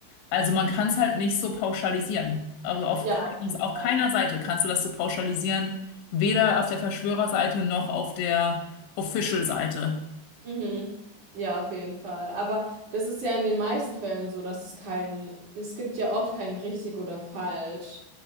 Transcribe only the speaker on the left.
Also, man kann es halt nicht so pauschalisieren. Also, auf,
kein,
auf
keiner Seite kannst du das so pauschalisieren. Weder auf der Verschwörerseite noch auf der Official-Seite.